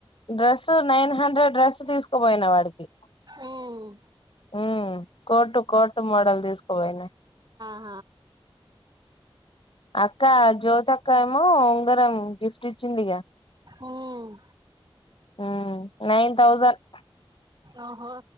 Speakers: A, on the left; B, on the right.
A: డ్రెస్ నైన్ హండ్రెడ్ డ్రెస్ తీసుకుపోయినా వాడికి
B: ఉమ్
A: హ్మ్ కోటు కోటు మోడల్ తీసుకోపోయినా
B: ఆ
A: అక్క జ్యోత అక్క ఏమో ఉంగరం గిఫ్ట్ ఇచ్చింది ఇగ
B: ఉమ్
A: అ నైన్ థౌసండ్
B: ఓహో